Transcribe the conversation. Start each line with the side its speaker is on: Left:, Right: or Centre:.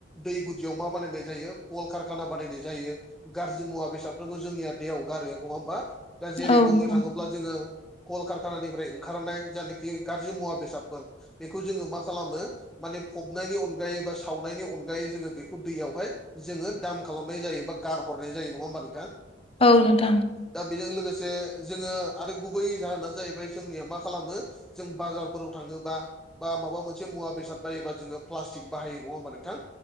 Centre: दै गुदियाव मा बानायनाय जायो कल कारखाना बानायनाय जायो। गाज्रि मुवा बेसादफोरखौ जोंनिया दैयाव गारो नङा होमबा? दा जेरै
Left: औ
Centre: बुंनो
Left: नोंथां
Centre: थाङोब्ला जोङो कलकारखानानिफ्राय ओंखारनाय। जायनाखि गाज्रि मुवा बेसादफोर बेखौ जोङो मा खालामो। माने फबनायनि अनगायै बा सावनायनि अनगायै जोङो बेखौ दैयावहाय जोङो दाम खालामनाय जायो बा गारहरनाय जायो नङा होमबा नोंथां?
Left: औ नोंथां।
Centre: दा बेजों लोगोसे जोङो आरो गुबै जाहोना जाहैबाय जोंनिया मा खालामो। जों बाजारफोराव थाङोबा बा माबा मोनसे मुवा बेसाद बायोबा जोङो प्लास्टिक बाहायो नङा होमबा नोंथां